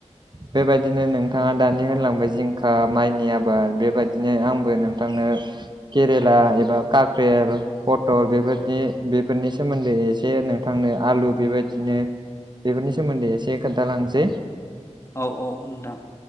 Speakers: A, on the right (about 35°); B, on the left (about 25°).
A: बेबायदिनो नोंथाङा दानि होनलांबाय जिंखा माइनि आबाद बेबायदिनो आंबो नोंथां <unintelligible> केरेला एबा काक्रेल पटल बेफोरनि बेफोरनि सोमोन्दै एसे नोंथांनो आलु बेबायदिनो बेफोरनि सोमोन्दै एसे खोन्थालांसै
B: औ औ नोंथां